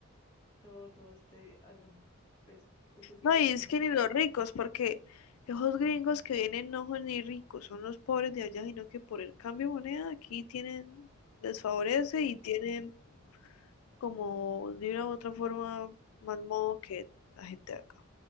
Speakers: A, on the left; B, on the left.
A: todo, todo este, a lo- pues, este tipo
B: No, y
A: de...
B: es que ni los ricos, porque esos gringos que vienen no son ni ricos, son los pobres de allá, sino que por el cambio de moneda aquí tienen, les favorece y tienen como de una u otra forma más modo que la gente de acá.